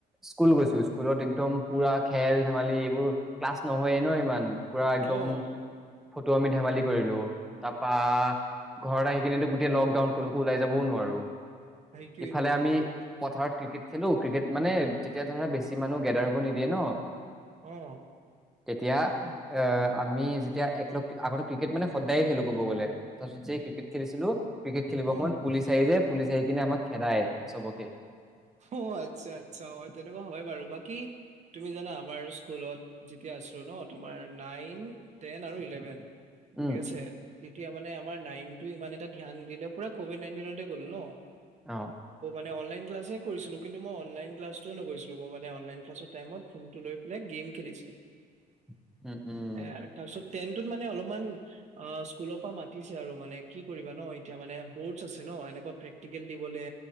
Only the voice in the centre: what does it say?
স্কুল গৈছো স্কুলত একদম পুৰা খেল ধেমালি এইবোৰ ক্লাছ নহয়েই ন ইমান পুৰা একদম
ফটোমি ধেমালি কৰিলো তাপা ঘৰত আহি কিনেটো গোটেই লকডাউন কলোকো ওলাই যাবও নোৱাৰো।
ইফালে আমি পথাৰত ক্ৰিকেট খেলো ক্ৰিকেট মানে তেতিয়া ধৰা বেছি মানুহ গেডাৰ হ'ব নিদিয়ে ন।
তেতিয়া এ আমি যি তিয়া একলগ আগতে ক্ৰিকেট মানে সদায়ে খেলো ক'ব গ'লে তাপিছত যে ক্ৰিকেট খেলিছিলো ক্ৰিকেট খেলিব
সময়ত পুলিচ আহি যাই পুলিচ আহি কিনে আমাক খেদায় চবকে।
উম
অঁ।
<inaudible> উম উম